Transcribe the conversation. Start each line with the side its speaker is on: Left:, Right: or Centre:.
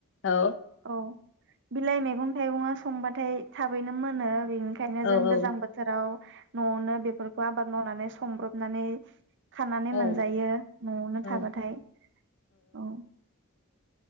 Left: औ
Right: औ बिलाइ मैगं थाइगङा संबाथाय थाबैनो मोनो बेनिखायनो
Left: औ
Right: जों
Left: औ
Right: गोजां बोथोराव नआवनो बेफोरखौ आबाद मावनानै संब्रबनानै खानानै मोनजायो
Left: औ
Right: नआवनो
Left: औ
Right: थाबाथाय। औ